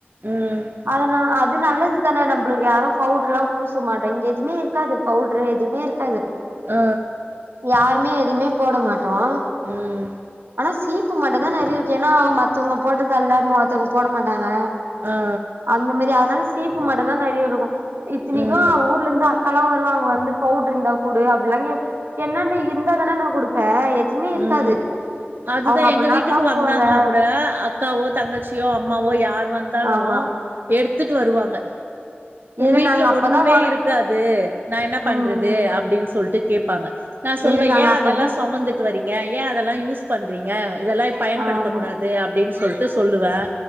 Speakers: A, on the right (about 55°); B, on the right (about 70°).
A: ம்
B: அதுனா அது அது நல்லது தானே நம்மளுக்கு யாரும் பவுடர் எல்லாம் பூச மாட்டோம் இங்க எதுமே இருக்காது பவுடர் எதுமே இருக்காது
A: ஆ
B: யாருமே எதுமே போட மாட் டோம்
A: ம்
B: ஆனா சி பு மட்டு தான் நிறைய இருக்கு ஏன்னா அவங்கத்தவங்க போட்டதல்ல மத்தவங்க போட மாட்டாங்க
A: ஆ
B: அந்த மாரி அதுனால ஸ் சீப்பு மட்டு தான் நிறைய இருக்கும் இத்தினிக்கும்
A: ம்
B: ஊர்லந்து அக் கா எல்லாம் வருவாங்க வந்து பவுடுர் இருந்தா கூடு அப்படிலாம்ங்கே என்னான்ட இருதனா நா குடுப்பேன் எதுவுமே இருக்காது
A: ம் அதுதான்
B: அவங்க அப்ப
A: எங்க வீட்டுக்கு
B: நான் தான்
A: வந்தாங்களா
B: போடுற
A: கூட அக்காவோ தங்கச்சியோ அம்மாவோ யார் வந்தாலும்
B: ஆமா
A: எடுத்து த்துட்டு வருவாங்க உன்
B: இல்ல
A: வீட்டுல
B: நாங்க அப்பதான்
A: ஒண்ணுமே
B: வா
A: இருக்காது நான் என்ன பண்றது
B: ம் ம்
A: அப்படின்னு சொல்லிட்டு கேடப்பாங்க நான் சொல்லுவேன்
B: இல்ல நாங்க
A: ஏன்
B: அப்படிதான்
A: அதெல்லாம் சுமந்துட்டு வரீங்க ஏன் அதெல்லாம் யூஸ் பண்றீங்க இதெல்லாம் பயன்படுத்தக்
B: ஆமா
A: கூடாது அப்பிடின் சொல்ட்டு சொல்லுவேன்